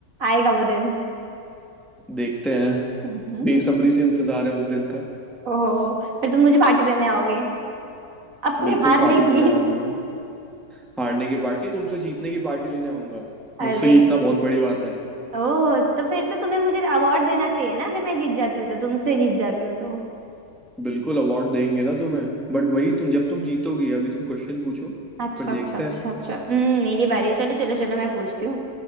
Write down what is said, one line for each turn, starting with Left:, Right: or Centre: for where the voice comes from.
Right: आएगा वो दिन
Centre: देखते हैं
Right: हम्म
Centre: बेसब्री से इंतजार है उस दिन का
Right: ओहो फिर तुम मुझे पार्टी देने आओगे अपने
Centre: बिल्कुल
Right: हारने
Centre: पार्टी
Right: की
Centre: देने आऊंगा ना हारने की पार्टी तुमसे जीतने की पार्टी लेने आऊंगा
Right: अरे
Centre: मुझसे जीतना बहुत बड़ी बात है
Right: ओ तो फिर तो तुम्हें मुझे अवार्ड देना चाहिए ना अगर मैं जीत जाती हूँ तो तुमसे जीत जाती हूँ तो
Centre: बिल्कुल अवार्ड देंगे ना तुम्हें
Right: हम्म।
Centre: बट वही तुम जब तुम जीतोगी अभी तुम क्वेश्चन पूछो
Right: अच्छा
Centre: फिर
Right: अच्छा
Centre: देखते
Right: अच्छा
Centre: हैं
Right: अच्छा हम्म मेरी बारी है। चलो चलो चलो मैं पूछती हूँ